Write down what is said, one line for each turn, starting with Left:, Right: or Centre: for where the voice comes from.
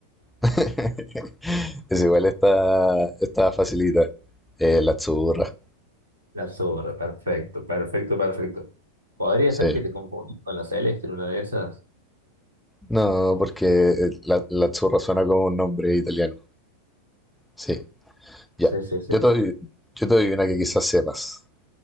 Centre: <laughs> Es igual esta, esta facilita. Eh, la Azzurra.
Right: La azurra, perfecto, perfecto, perfecto. Podría
Centre: Sí.
Right: ser que te confundas con la celeste en una de esas.
Centre: No, porque eh, la, la Azzurra suena como un nombre italiano. Sí. Ya.
Right: Sí, sí, sí.
Centre: Yo te doy, yo te doy una que quizás sepas.